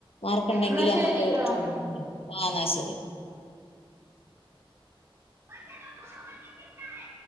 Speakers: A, on the left; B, on the right.
A: മാർക്കുണ്ടെങ്കില്
B: എന്നാ
A: നമ്മക്ക്
B: ശരിട്ടോ
A: തോന്ന്ന്നയല്ലേ. ആഹ് എന്നാ ശരി <inaudible>
B: അ